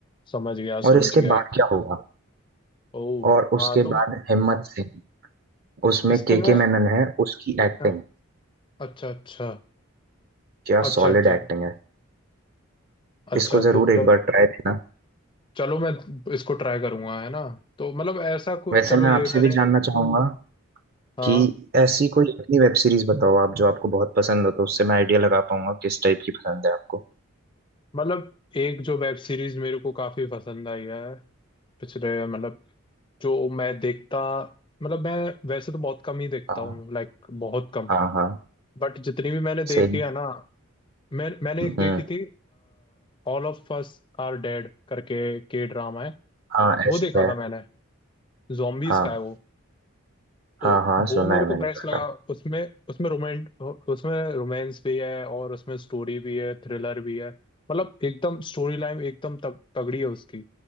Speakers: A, on the left (about 20°); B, on the right (about 45°).
A: समझ गया
B: और
A: समझ
B: इसके
A: गया
B: बाद क्या होगा
A: ओ
B: और उसके
A: हाँ तो मैं-
B: बाद हिम्मत सिंह उसमें
A: इसको
B: के
A: मैं
B: के मैनन है उसकी एक्टिंग
A: अ, अच्छा अच्छा
B: क्या
A: अच्छा
B: सॉलिड
A: अच्छा
B: एक्टिंग है
A: अच्छा
B: इसको जरूर
A: तो चल
B: एक बार ट्राई देना।
A: चलो मैं इसको ट्राई करूंगा है ना तो मतलब ऐसा को
B: वैसे
A: चलो
B: मैं
A: ये
B: आपसे
A: मैंने
B: भी जानना चाहूंगा
A: हाँ
B: कि ऐसी कोई अपनी वेब सीरीज बताओ आप जो आपको बहुत पसंद हो तो उससे मैं आइडिया लगा पाऊंगा किस टाइप की पसंद है आपको
A: मतलब एक जो वेब सीरीज मेरे को काफी पसंद आई है पिछले मतलब जो मैं देखता मतलब मैं वैसे तो बहुत कम ही देखता
B: हाँ
A: हूँ लाइक बहुत कम
B: हाँ हाँ
A: बट जितनी भी मैंने देखी
B: सेम
A: है ना मैं मैंने
B: हम्म
A: एक देखी थी All of us are dead करके के ड्रामा है
B: हाँ
A: वो
B: ऐसे
A: देखा
B: है
A: था मैंने जॉम्बीज
B: हाँ
A: का है वो तो
B: हाँ हाँ
A: वो
B: सुना
A: मेरे
B: है
A: को
B: मैंने
A: बेस्ट
B: पहला
A: लगा उसमें उसमें रोमेंट उसमें रोमांस भी है और उसमें स्टोरी भी है थ्रिलर भी है मतलब एकदम स्टोरी लाइन एकदम तग, तगड़ी है उसकी